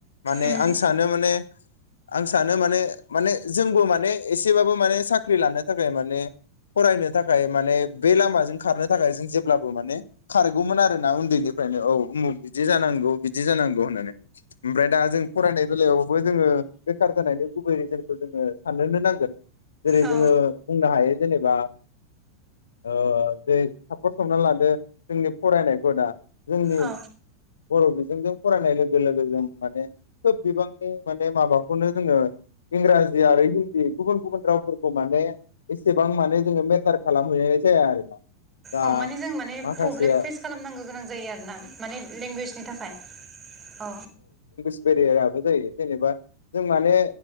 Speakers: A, on the left; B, on the right.
A: माने
B: उम
A: आं सानो माने आं सानो माने माने जोंबो माने एसेबाबो माने साख्रि लानो थाखाय माने फरायनो थाखाय माने बे लामाजों खारनो थाखाय जों जेब्लाबो माने खार गौमोन आरो ना। उन्दैनिफ्रायनो औ उमुख बिदि जानांगौ बिदि जानांगौ होननानै। ओमफ्राय दा जों फरायनाय बेलायावबो जोङो बेखार जानायनि गुबै रिजोनखौ जोङो साननोनो नांगोन। जेरै
B: औ
A: जोङो बुंनो हायो जेनेबा ओ जे सापस हमना लादो जोंनि फरायनायखौ दा जोंनि
B: औ
A: बर' बिजोंजों फरायनाय लोगो लोगो जों माने खोब बिबांनि माने माबाखौनो जोङो इंराजि आरो हिन्दी गुबुन गुबुन रावफोरखौ माने एसेबां माने जोङो मेटार खालामहैनाय जाया आरोना। दा
B: औ माने जों माने
A: माखासेया
B: प्रब्लेम फेस खालामनांगौ गोनां जायो आर ना माने लेंगुवेजनि थाखाय। अ
A: बेरेआदाबो जायो जेनेबा जों माने